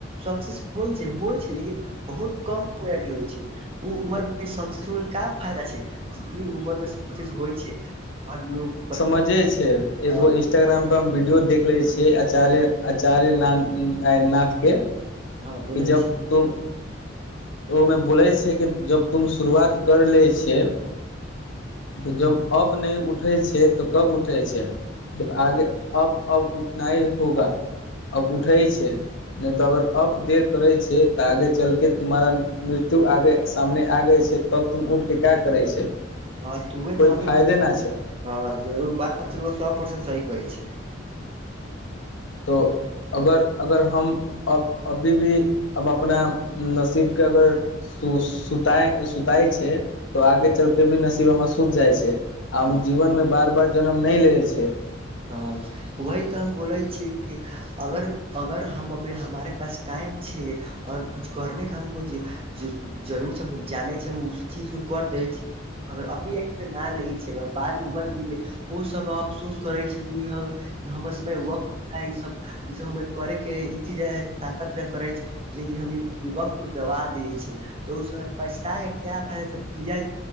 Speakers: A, on the right; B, on the left.
A: सक्सेस होइ छै होइ छै लेकिन बहुत कमटी होइ छै। ओ उमर मे सब चीज हो क फायदा छै ई उमर मे स चीज होइ छै। हर लोग पर।
B: मजे छै एगो
A: हँ
B: इ। इंस्टाग्राम पर हम वीडियो देख ले छिय आचार्य आचार्य नाथ नाथ के।
A: हँ बोलै
B: कि जब
A: छै
B: तुम। ऽ ओहिमे बोलै छै कि जब तुम शुरुआत करि लै छे। त जब अब नहि उठै छै तऽ कब उठै छै। जब आगे अब अब उठनाई होगा। अब उठै छै नहि तऽ अगर अब देर करै छै तऽ आगे चलके। तुम्हारा मृत्यु आगे सामने आ गय छै। तब तुम उठिके का करै छै कोइ
A: हँ तूहे तऽ हमे
B: फायदे न छै।
A: हँ जरूर बात सो परसेंट सही कहै छै।
B: तऽ। अगर अगर हम अब अभी भी अब अपना नसीबके अगर। सु सुताइ सुताइ छै तऽ आगे चलके भी नसीबमे सुत जाइ छै। आब
A: हँ
B: जीवन मे बार बार जनम नहि लेै छै।
A: हँ वही तऽ हम बोलै छी की। अगर अगर हम अभी हमारे पास टाइम छिय अओर कुछु करनेके हमक। जरूर छै हम जानै छ हम उस चीज को कर देै छीय। अगर अभी ऐसे न लगै छै बाद मे उमर भी जे ओ सब अफसोस। करे छी किह हम हमर समय वक्त आ इ सब। ई सब हमे करेके चीे ताकत रे करै छै। लेकिन हम ई वक्त गबा द छिय तऽ ओ समय पछताके क्या फायदा छै किया।